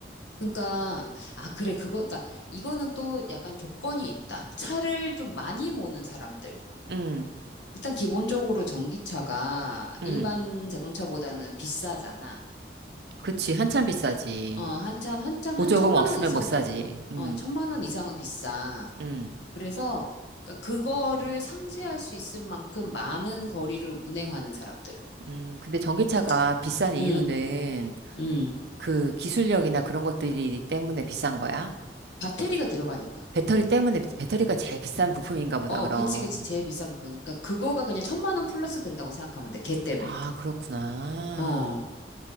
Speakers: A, on the left; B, on the right.
A: 그러니까, 아, 그래, 그거, 그러니까, 이거는 또 약간 조건이 있다. 차를 좀 많이 모는 사람들.
B: 응
A: 일단, 기본적으로 전기차가
B: 응
A: 일반 자동차보다는 비싸잖아.
B: 그치, 한참 비싸지.
A: 어, 한참, 한참,
B: 보조금
A: 한 천만
B: 없으면
A: 원 이상,
B: 못 사지. 응
A: 어, 천만 원 이상은 비싸.
B: 응
A: 그래서, 그러니까 그거를 상쇄할 수 있을 만큼 많은 거리를 운행하는 사람들.
B: 응 근데 전기차가
A: 그러니까,
B: 비싼 이유는
A: 음. 음.
B: 그 기술력이나 그런 것들이 때문에 비싼 거야?
A: 배터리가 들어가니까.
B: 배터리 때문에 배터리가 제일 비싼 부품인가 보다,
A: 어,
B: 그럼.
A: 그치, 그치. 제일 비싼 부분. 그러니까 그거가 그냥 천만 원 플러스 된다고 생각하면 돼. 걔 때문에.
B: 아, 그렇구나.
A: 어.